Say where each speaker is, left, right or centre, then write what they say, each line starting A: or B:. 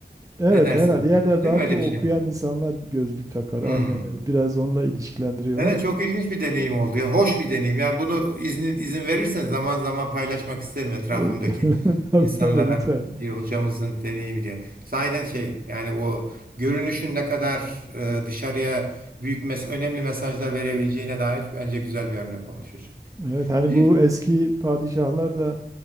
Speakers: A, on the right (about 20°); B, on the right (about 55°).
A: Evet
B: Ne dersiniz?
A: herhalde ya da
B: Değil
A: daha
B: mi? Öyle
A: çok
B: bir
A: okuyan
B: şey var.
A: insanlar gözlük takar
B: Hmm.
A: aynen öyle. biraz onunla ilişkilendiriyorlar.
B: Evet çok ilginç bir deneyim oldu. Yani hoş bir deneyim. Yani bunu izin, izin verirseniz zaman zaman paylaşmak isterim
A: <laughs>
B: etrafımdaki
A: Tabii
B: insanlara
A: tabii lütfen.
B: bir hocamızın deneyimi diye. Sahiden şey yani o görünüşün ne kadar e, dışarıya büyük mes önemli mesajlar verebileceğine dair bence güzel bir örnek olmuş hocam.
A: Evet hani
B: Hiç-
A: bu eski padişahlar da